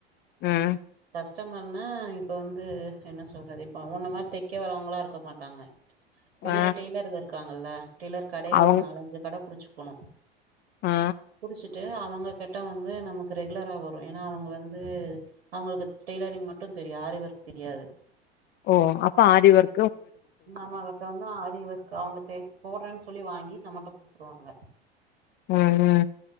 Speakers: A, on the left; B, on the right.
A: ம்
B: கஸ்டமர்னா இப்ப வந்து என்ன சொல்றது இப்ப உன்ன மார் தெக்க வரவ்ங்ளா இருக்க மாட்டாங்க வெளில
A: ஆ
B: டெய்லர்கரு க்காங்கல்ல டெய்லர் கடைக
A: அவங்க
B: ஒரு நாலஞ்சு கட புடுச்சு க்கனு
A: ஆ
B: புடுச்சு ட்டு அவுங்க கிட்ட வந்து நமக்கு ரெகுலரா வரு ஏனா அவுங்க வந்து அவுங்களுக்கு டெய்லரிங் மட்டு‌ தெரியு ஆரி ஒர்க் தெரியாது
A: ஓ அப்ப ஆரி ஒர்
B: நம்மகிட்ட வந்து ஆரி ஒர் க்கு அவுங்க தே போட்றேன் சொல்லி வாங்கி நம்மட்ட குத்துருவாங்க
A: ம் ம்